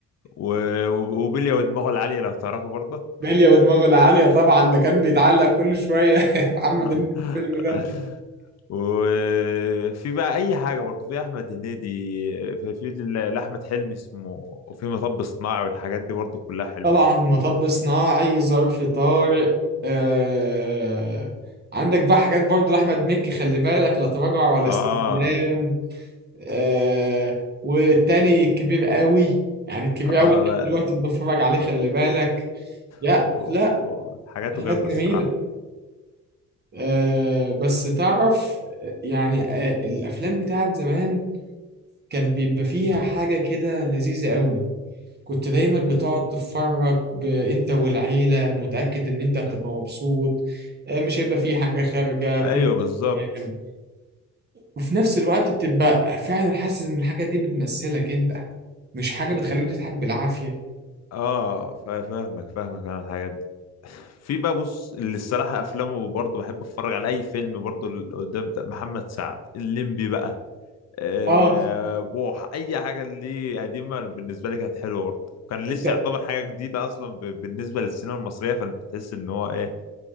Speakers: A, on the left; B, on the right.
A: و... وبيليا ودماغه العاليه لو تعرفه برضه
B: بلية ودماغه العالية طبعا ده كان بيتعلق كل شوية <laughs> محمد
A: <laughs>
B: هنيدي في الفيلم ده
A: وفي بقى اي حاجه برضه في احمد هنيدي في في ل- لاحمد حلمي اسمه وفي مطب صناعي والحاجات دي برضه كلها حلوه
B: طبعا مطب صناعي ظرف طارق آه... عندك بقى حاجات برضو لأحمد مكي خلي بالك لا تراجع ولا
A: اه
B: استسلام آه والتاني كبير قوي يعني الكبير
A: اه
B: قوي لحد
A: بقى.
B: دلوقتي بنتفرج عليه خلي بالك لا
A: و... و-
B: لا
A: حاجاته
B: في حاجات
A: جامده
B: جميلة
A: الصراحه
B: آه بس تعرف آه، يعني آه الأفلام بتاعت زمان كان بيبقى فيها حاجة كده لذيذة قوي كنت دايما بتقعد تتفرج آه، انت والعيلة متأكد ان انت هتبقى مبسوط آه مش هيبقى فيه حاجة خارجة كل
A: ايوه بالظبط
B: تمام وفي نفس الوقت بتبقى فعلا حاسس ان الحاجه دي بتمثلك انت مش حاجه بتخليك بتضحك بالعافيه
A: اه فا- فاهمك فاهمك انا الحاجات دي في بقى بص اللي الصراحه افلامه برضه بحب اتفرج على اي فيلم برضه اللي قدام بتاع محمد سعد الليمبي بقى آه،
B: اه
A: بوح اي حاجه ليه قديمه بالنسبه لي كانت حلوه برضه وكان
B: انت
A: لسه يعتبر حاجه جديده اصلا ب- بالنسبه للسينما المصريه فانت تحس ان هو ايه